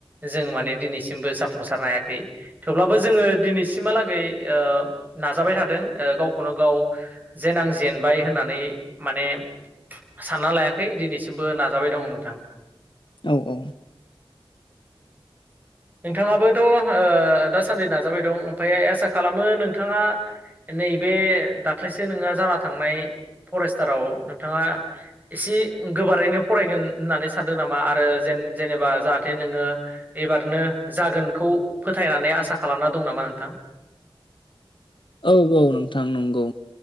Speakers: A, on the right; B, on the left.
A: जों माने दिनैसिमबो जाफुंसारनो हायाखै। थेवब्लाबो जोङो दिनैसिमहालाग गै ओ नाजाबाय थादों गावखौनो गाव। जेन आं जेनबाय होननानै माने सानना लायाखै दिनैसिमबो नाजाबाय दङ नोंथां।
B: औ औ।
A: नोंथाङाबोथ' ओ दासान्दि नाजाबाय दं। ओमफाय आस खालामो नोंथाङा नैबे दाख्लैसो नोंङो जाना थांनाय फरेस्टाराव नोंथाङा एसे गोबारैनो फरायगोन होननानै सानदों नामा आरो जेन जेनेबा जाहाथे नोङो एबारनो जागोनखौ फोथायनानै आसा खालामना दं नामा नोंथां।
B: औ औ नोंथां नंगौ।